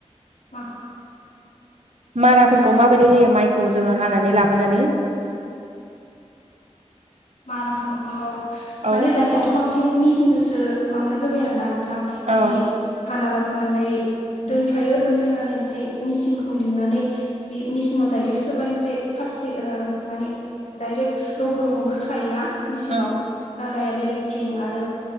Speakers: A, on the left; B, on the right.
A: माखौ?
B: माराफोरखौ माबायदि होयो माइखौ जोंङो हानानै लाबोनानै।
A: माराखौ ओ
B: औ
A: माने दानियाथ' बांसिन मेचिनजोंसो माबानाय जाबाय आरोना नों थां
B: औ
A: बिदि हाना लाब नानै दोनफायो दोनफैनानै ओमफ्राय मिसिनखौ लिंनानै बि मिसिनाव डाइरेक्ट सो जोबाय ओमफ्राय फारसे ओ माने डाइरेक्ट रग' रग' ओंखार खा खायोना मिसिंयाव
B: उम
A: दालाया बेलेगथिं आरो